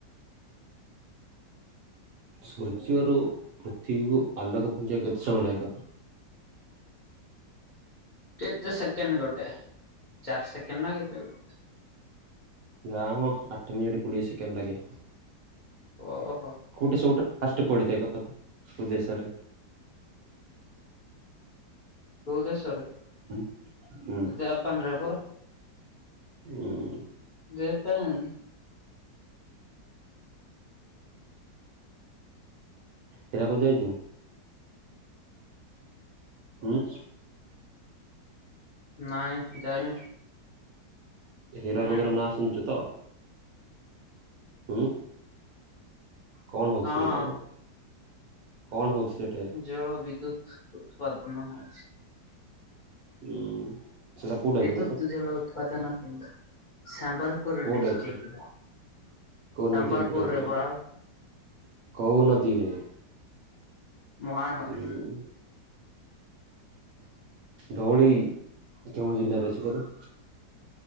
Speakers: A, on the right; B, on the left.
A: ସୂର୍ଯ୍ୟରୁ ପୃଥିବୀକୁ ଆଲୋକ ପହଞ୍ଚିବାକୁ କେତେ ସମୟ ଲାଗିବ କହ ତ?
B: କେତେ ସେକେଣ୍ଡ ଗୋଟେ, ଚାରି ସେକେଣ୍ଡ ନା କେତେ ଗୋଟେ?
A: ଯା ମ ଆଠ ମିନିଟ୍‌ କୋଡ଼ିଏ ସେକେଣ୍ଡ ଲାଗେ।
B: ଓ ହୋ।
A: କୋଉଠି ସବୁଠୁ ଫାଷ୍ଟେ ପଡ଼ିଥାଏ କହତ କୋଉ ଦେଶରେ?
B: କୋଉ ଦେଶରେ
A: ହୁଁ ହୁଁ
B: ଜାପାନରେ ପରା।
A: ଉଁ
B: ଜାପାନ୍‌
A: ହୀରାକୁଦ ଯାଇଚୁ? ଉଁ
B: ନାଇଁ ଯାଇନି।
A: ହୀରାକୁଦର
B: ଉଁ
A: ନାଁ ଶୁଣିଚୁ ତ? ଉଁ କଣ ହୋଉଛି
B: ହଁ
A: ସେଠି କହିଲ କଣ ହୋଉଛି ସେଠି?
B: ଜଳ ବିଦ୍ୟୁତ୍ ଉତ୍ପାଦନ ହୋଉଛି।
A: ଉଁ ସେଟା କୋଉଠି
B: ବିଦ୍ୟୁତ୍‌
A: ଅଛି କହ ତ
B: ଜଳ ଉତ୍ପାଦନ କେନ୍ଦ୍ର। ସମ୍ବଲପୁର
A: କୋଉଠି
B: ଡିଷ୍ଟିକରେ
A: ଅଛି କୋଉ ନଦୀ
B: ସମ୍ବଲପୁରରେ
A: ଉପରେ ଅଛି କହ
B: ବଲ
A: ତ କୋଉ ନଦୀରେ?
B: ମହାନଦୀ।
A: ଉଁ ଧଉଳି କେଉଁ ଜିଲ୍ଲାରେ ଅଛି କହତ?